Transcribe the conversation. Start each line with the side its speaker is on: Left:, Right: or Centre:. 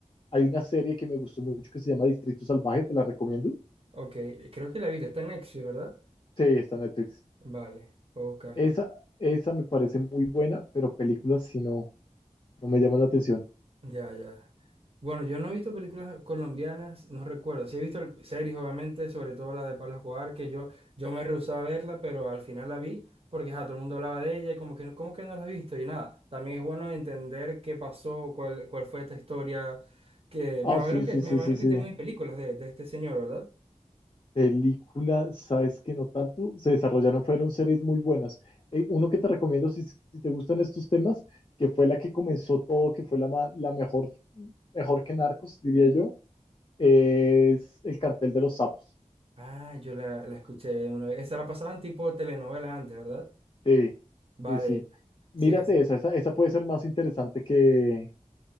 Left: hay una serie que me gustó mucho que se llama Distrito Salvaje, te la recomiendo.
Right: Ok, creo que la he visto. Está en Netflix, ¿verdad?
Left: Sí, está en Netflix.
Right: Vale, voy a buscarla.
Left: Esa, esa me parece muy buena, pero películas si no, No me llama la atención.
Right: Ya, ya. Bueno, yo no he visto películas colombianas, no recuerdo. Sí he visto el- series, obviamente, sobre todo la de Pablo Escobar, que yo, yo me rehusaba a verla, pero al final la vi porque ja, todo el mundo hablaba de ella y como que, no- ¿cómo que no la has visto? Y nada, también es bueno entender qué pasó, cuál, cuál fue esta historia, que
Left: Ah,
Right: me imagino
Left: sí,
Right: que,
Left: sí,
Right: me
Left: sí,
Right: imagino
Left: sí, sí.
Right: que tenemos películas de, de este señor, ¿verdad?
Left: Película, sabes que no tanto. Se desarrollaron, fueron series muy buenas. Eh, uno que te recomiendo si, si te gustan estos temas, que fue la que comenzó todo, que fue la, ma- la mejor, mejor que Narcos, diría yo, es El Cartel de los Sapos.
Right: Ah, yo la, la escuché una vez. Esa la pasaban tipo telenovela antes, ¿verdad?
Left: Sí,
Right: Vale.
Left: sí, sí. Mírate
Right: Sí, esa.
Left: esa, esa, esa puede ser más interesante que,